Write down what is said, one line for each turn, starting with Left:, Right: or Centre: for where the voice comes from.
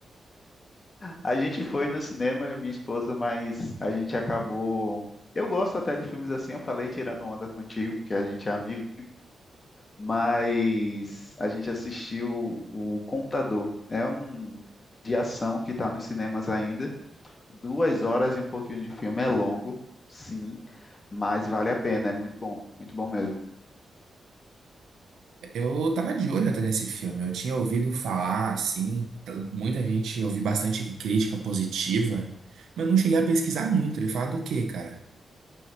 Left: A gente foi no cinema, eu e minha esposa, mas a gente acabou. Eu gosto até de filmes assim, eu falei tirando onda contigo, porque a gente é amigo, mas a gente assistiu o Contador. É um de ação que está nos cinemas ainda. Duas horas e um pouquinho de filme é longo, sim, mas vale a pena, é muito bom, muito bom mesmo.
Right: Eu tava de olho até nesse filme. Eu tinha ouvido falar, assim, t- muita gente, eu vi bastante crítica positiva, mas eu não cheguei a pesquisar muito. Ele fala do quê, cara?